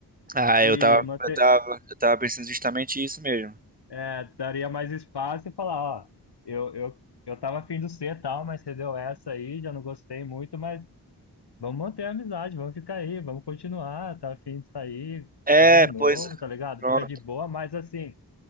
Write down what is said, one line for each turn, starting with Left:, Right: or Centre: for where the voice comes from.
Right: Ah,
Left: E
Right: eu tava,
Left: manter,
Right: eu tava, eu tava pensando justamente isso mesmo.
Left: É, daria mais espaço e falar, ó, eu, eu, eu tava afim do C e tal, mas você deu essa aí, já não gostei muito, mas vamos manter a amizade, vamos ficar aí, vamos continuar, tá afim de sair,
Right: É,
Left: sai de novo,
Right: pois, é.
Left: tá ligado?
Right: pronto.
Left: Fica de boa, mas assim,